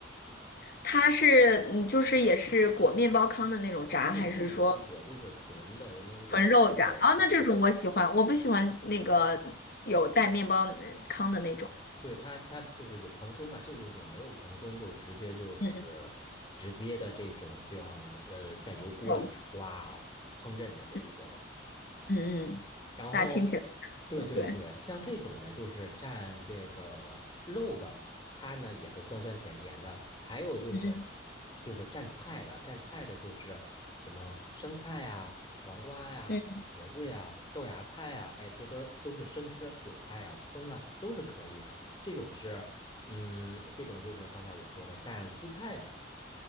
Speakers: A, on the left; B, on the left.
A: 它是嗯，就是也是裹面包糠的那种炸，
B: 不不裹不裹，
A: 还是说？
B: 就是纯的那个肉，
A: 纯肉炸啊，
B: 对对
A: 那这种我喜欢，我不喜欢那个有带面包呃糠的那种。
B: 对，它它就是有蓬松嘛，这一种没有蓬松就直接就是直接的这种，
A: 嗯嗯，
B: 就像呃在油锅里边哗烹饪的这一种。
A: 肉，嗯嗯嗯，
B: 然后，
A: 那听起来
B: 对对对，
A: 不错对，
B: 像这种呢，就是蘸这个肉的，它呢也是酸酸甜甜的。还有就是，
A: 嗯
B: 就是蘸菜的，蘸菜的就是什么生菜呀、黄瓜呀、
A: 嗯
B: 茄子呀、豆芽菜呀，哎，这都都是生吃，韭菜呀、葱啊都是可以的。这种是，嗯，这种就是刚才我说的蘸蔬菜的。